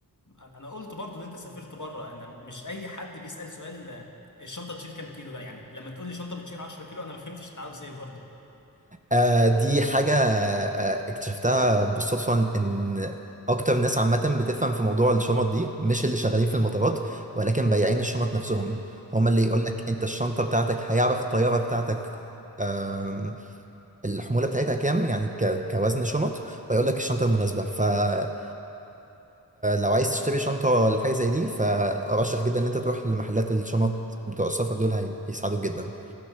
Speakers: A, on the left; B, on the right.
A: انا قلت برضو ان انت سافرت بره انا مش اي حد بيسأل سؤال آه، الشنطه تشيل كام كيلو ده يعني لما تقول لي شنطه بتشيل 10 كيلو انا ما فهمتش انت عاوز ايه برضو
B: آه دي حاجة آه اكتشفتها بالصدفة إن أكتر ناس عامة بتفهم في موضوع الشنط دي مش اللي شغالين في المطارات ولكن بياعين الشنط نفسهم هما اللي
A: مم.
B: يقول لك أنت الشنطة بتاعتك هيعرف الطيارة بتاعتك آم، الحمولة بتاعتها كام يعني ك- كوزن شنط ويقول لك الشنطة المناسبة فلو عايز تشتري شنطة لحاجة زي دي فأرشح جدا إن أنت تروح لمحلات الشنط بتوع السفر دول هي- هيساعدوك جدا